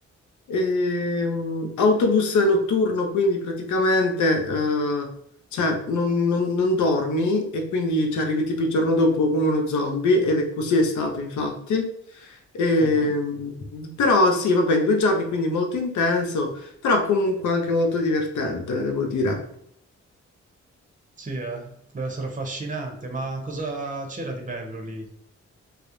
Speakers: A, on the left; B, on the right.
A: Ehm, autobus notturno, quindi praticamente eh, cioè, non, non- non dormi e quindi ci arrivi tipo il giorno dopo come uno zombie ed è così è stato, infatti. Ehm,
B: Mhm.
A: però sì, vabbè, in due giorni, quindi molto intenso, però comunque anche molto divertente, devo dire.
B: Sì, eh, deve essere affascinante, ma cosa c'era di bello lì?